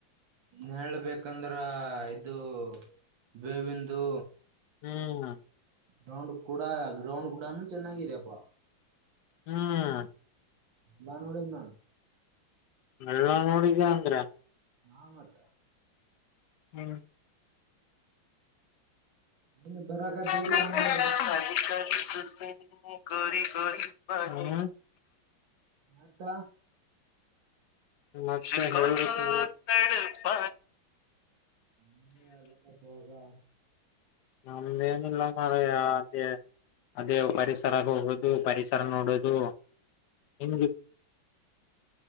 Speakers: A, on the right; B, on the left.
A: ಹೇಳ್ಬೇಕಂದ್ರ ಇದು ಬೇವಂದು
B: ಹ್ಮ್
A: ಗ್ರೌಂಡ್ ಕೂಡ ಗ್ರೌಂಡ್ ಕೂಡನು ಚೆನ್ನಾಗಿದೆಪ್ಪಾ
B: ಹ್ಮ್
A: ನಾ ನೋಡ ನಾನು
B: ಎಲ್ಲ ನೋಡಿದ ಅಂದ್ರ
A: ನ ಮತ
B: ಹ್ಮ
A: ನೀನ್ ಬರಾಕತಿ
B: <inaudible>
A: ಇಲ್ಲ ನಮ್ಮನ್ನ ಮತ್
B: <inaudible>
A: ನೀನೇ ಹೇಳಬೇಕಪ್ಪ
B: ನಮ್ದೇನಿಲ್ಲ ಮಾರಾಯಾ ಅದೇ ಅದೇ ಪರಿಸರ ಹೋಗೋದು ಪರಿಸರ ನೋಡೋದು ಹ್ಮ